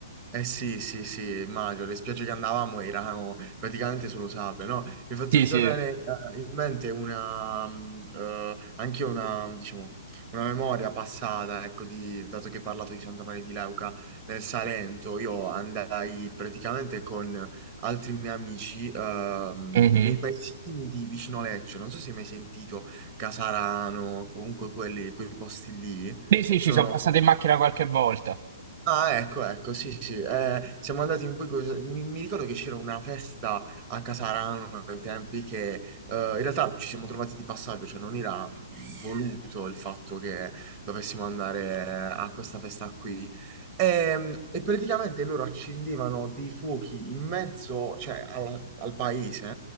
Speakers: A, on the right (about 15°); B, on the right (about 50°).
A: Eh sì, sì, sì, immagino, le spiagge che andavamo erano praticamente solo sabbia, no? Mi è fatto
B: Sì,
A: ritornare
B: sì.
A: eh, in mente una, mh, eh, anche una, mm, diciamo, una memoria passata, ecco, di, dato che hai parlato di Santa Maria di Leuca nel Salento, io andai praticamente con altri miei amici ehm,
B: Mhm.
A: nei paesini di vicino Lecce, non so se hai mai sentito Casarano, comunque quelli, quei posti lì,
B: Sì, sì,
A: sono...
B: ci sono passato in macchina qualche volta.
A: Ah, ecco, ecco, sì, sì, eh, siamo andati un po' in questo- Mi, mi ricordo che c'era una festa a Casarano ai tempi che eh, in realtà ci siamo trovati di passaggio, cioè non era voluto il fatto che dovessimo andare a questa festa qui. E, e praticamente loro accendevano dei fuochi in mezzo, cioè al, al paese,